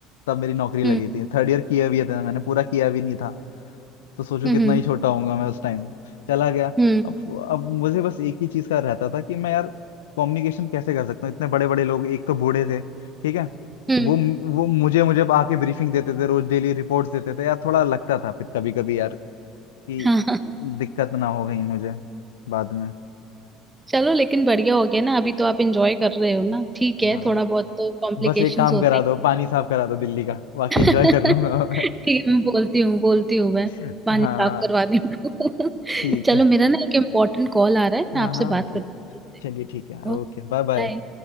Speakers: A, on the left; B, on the right.
A: तब मेरी नौकरी लगी
B: हम्म
A: थी थर्ड ईयर किया भी था मैंने पूरा किया भी नहीं था तो सोचो
B: हम्म
A: कितना ही छोटा होऊंगा मैं उस टाइम चला गया
B: हम्म
A: अब अब मुझे बस एक ही चीज का रहता था कि मैं यार कम्युनिकेशन कैसे कर सकता हूँ इतने बड़े बड़े लोग एक तो बूढ़े थे ठीक है
B: हम्म,
A: वो वो मुझे मुझे आके ब्रीफिंग देते थे रोज डेली रिपोर्ट्स देते थे यार थोड़ा लगता था फिर कभी कभी यार कि
B: हाँ
A: दिक्कत ना हो गई मुझे बाद में
B: चलो लेकिन बढ़िया हो गया ना अभी तो आप एंजॉय कर रहे हो ना ठीक है
A: हाँ
B: थोड़ा बहुत तो कॉम्प्लिकेशंस
A: बस एक काम
B: होते
A: करा दो पानी साफ करा दो दिल्ली का बाकी
B: हैं
A: एंजॉय
B: <laughs>
A: कर लूंगा मैं
B: ठीक है मैं बोलती हूँ बोलती हूँ मैं
A: <laughs>
B: पानी
A: हाँ
B: साफ करवाने को <laughs>
A: ठीक
B: चलो
A: है
B: मेरा ना एक इम्पोर्टेंट कॉल आ रहा है
A: हाँ
B: मैं आपसे
A: हाँ हाँ,
B: बात
A: ठीक
B: करती
A: चलिए ठीक है
B: हूँ
A: ओके बाय बाय
B: बाय